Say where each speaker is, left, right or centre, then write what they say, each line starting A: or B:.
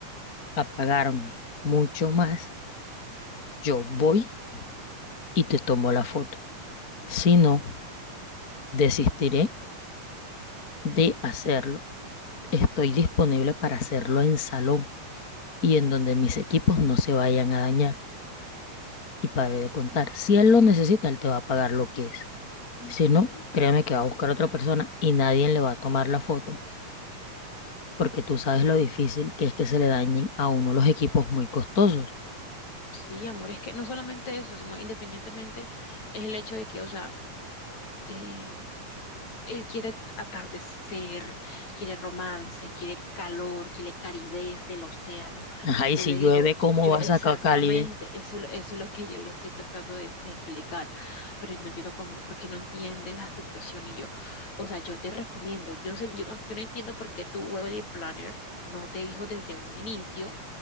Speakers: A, on the left; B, on the left.
A: a pagarme mucho más, yo voy y te tomo la foto. Si no, desistiré de hacerlo. Estoy disponible para hacerlo en salón y en donde mis equipos no se vayan a dañar. Y para de contar, si él lo necesita, él te va a pagar lo que es. Si no, créame que va a buscar a otra persona y nadie le va a tomar la foto porque tú sabes lo difícil que es que se le dañen a uno los equipos muy costosos.
B: sí, amor, es que no solamente eso, sino independientemente es el hecho de que, o sea, eh, Él quiere atardecer, quiere romance, quiere calor, quiere calidez del océano.
A: Ajá, y
B: Pero
A: si
B: le digo,
A: llueve, ¿cómo
B: yo
A: vas
B: exactamente,
A: a sacar Cálide?
B: eso, es lo- eso es lo que yo le estoy tratando de, de explicar, pero no entiendo cómo, porque no entiende la situación y yo, o sea, yo te recomiendo, yo no sé, yo no, yo no entiendo por qué tu wedding planner no te dijo desde un inicio